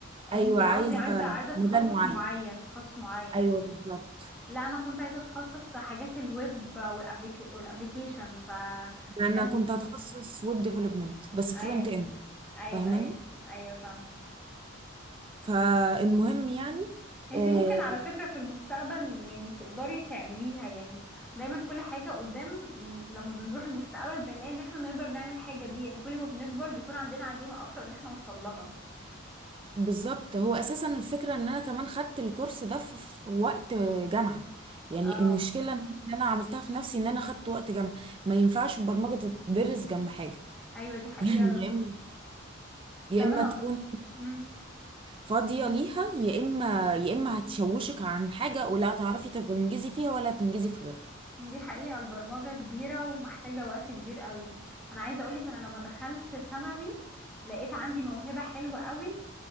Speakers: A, in the centre; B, on the right (about 25°).
A: آه،
B: ايوه
A: انت قصدي
B: عايزه
A: عايزة عايزة تخصص
B: مجال معين
A: معين تخصص معين
B: ايوه بالظبط
A: لا انا كنت عايزة اتخصص حاجات الويب والابليك... والابليكيشن ف
B: انا
A: كان
B: كنت هتخصص ويب ديفلوبمنت بس فرونت
A: ايوه
B: اند
A: ايوه
B: فاهماني
A: ايوه ايوه فاهم
B: فالمهم يعني
A: انت
B: آه،
A: ممكن على فكره في المستقبل يعني تقدري تعمليها يعني دايما كل حاجه قدام يعني لما بنروح المستقبل بنلاقي ان احنا نقدر نعمل حاجه دي يعني كل ما بنكبر بيكون عندنا عزيمه اكتر ان احنا نوصل لها
B: بالظبط هو اساسا الفكره ان انا كمان خدت الكورس ده في في وقت جامعه يعني
A: اه
B: المشكله ان انا عملتها في نفسي ان انا خدت وقت جامعه ما ينفعش البرمجه تدرس جنب حاجه
A: ايوه دي
B: <laughs>
A: حقيقه
B: يعني يا
A: طب
B: اما
A: انا
B: تكون
A: امم
B: فاضيه ليها يا اما يا اما هتشوشك عن حاجه ولا تعرفي تنجزي فيها ولا تنجزي في غيرها
A: دي حقيقه البرمجه كبيره ومحتاجه وقت كبير قوي انا عايزه اقولك انا لما دخلت ثانوي لقيت عندي موهبه حلوه قوي